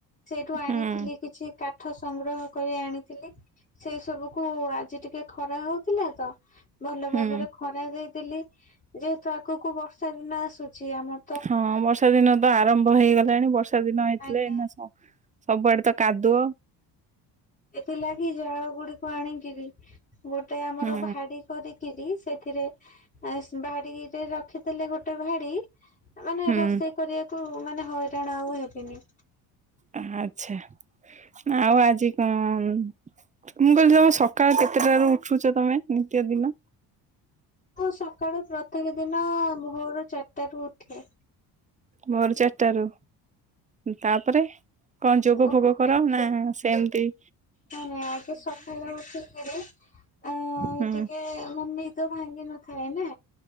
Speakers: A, on the left (about 20°); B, on the right (about 20°).
A: ସେଇଠୁ
B: ହୁଁ
A: ଆଣିଥିଲି କିଛି କାଠ ସଂଗ୍ରହ କରି ଆଣିଥିଲି ସେ ସବୁକୁୁ ଆ ଆଜି ଟିକେ ଖରା ହଉଥିଲା ତ, ଭଲ
B: ହୁଁ
A: ଭାବରେ ଖରା ଦେଇଦେଲି। ଯେହେତୁ ଆଗକୁ ବର୍ଷା ଦିନ ଆସୁଚି, ଆମ
B: ହଁ ବର୍ଷା ଦିନ ତ ଆରମ୍ଭ ହେଇଗଲାଣି, ବର୍ଷା ଦିନ ହେଇଥିଲେ
A: ଆଜ୍ଞା।
B: ଏଇନା ସ ସବୁଆଡେ ତ କାଦୁଅ।
A: ଏଥିଲାଗି ଜାଳ ଗୁଡିକୁ ଆଣିକିରି, ଗୋଟେ ଆମର
B: ହୁଁ
A: ଭାଡି କରିକିରି, ସେଥିରେ, ବାଡିରେ ରଖିଥିଲେ ଗୋଟେ ଭାଡି ମାନେ
B: ହୁଁ
A: ରୋଷେଇ କରିବାକୁ, ମାନେ ହଇରାଣ ଆଉ ହେବିନି।
B: ଆଛା, ଆଉ ଆଜି କଣ ମୁଁ କହିଲି ତମେ ସକାଳ କେତେଟାରୁ ଉଠୁଚ ତମେ, ନିତ୍ୟ ଦିନ?
A: ହଁ, ସକାଳୁ ପ୍ରତ୍ୟେକ ଦିନ ଭୋର ଚାରିଟାରୁ ଉଠେ।
B: ଭୋର ଚାରିଟାରୁ, ତାପରେ କଣ ଯୋଗ
A: ଉଠେ
B: ଫୋଗ କରାଅ, ନା ସେମତି?
A: ନାଇଁ ନାଇଁ, ଆଗେ ସକାଳେ ଉଠିକିରି, ମୁଁ
B: ହୁଁ
A: ଟିକେ ମାନେ ନି ଦ ଭାଙ୍ଗି ନଥାଏ ନା,